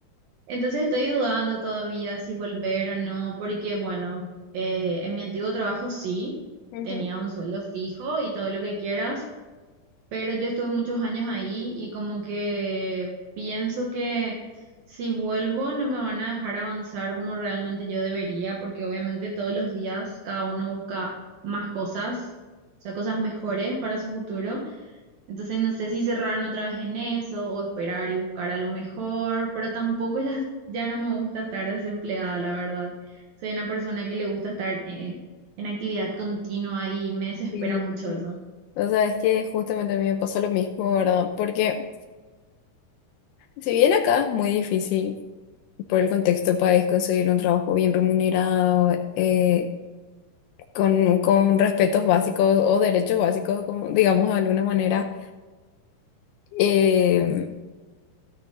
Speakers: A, on the right; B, on the left.
A: Entonces estoy dudando todavía si volver o no, porque bueno, eh, en mi antiguo trabajo sí,
B: Ujú.
A: tenía un sueldo fijo y todo lo que quieras, pero yo estuve muchos años ahí y como que pienso que si vuelvo no me van a dejar avanzar como realmente yo debería, porque obviamente todos los días cada uno busca más cosas, o sea, cosas mejores para su futuro. Entonces no sé si cerrarme otra vez en eso o esperar y buscar algo mejor, pero tampoco ya, ya no me gusta estar desempleada, la verdad. Soy una persona que le gusta estar en, en actividad continua y me desespera
B: Sí.
A: mucho eso.
B: O sea, es que justamente a mí me pasó lo mismo, ¿verdad? Porque si bien acá es muy difícil por el contexto país conseguir un trabajo bien remunerado, eh, con, con respetos básicos o derechos básicos, como, digamos de alguna manera. Eh,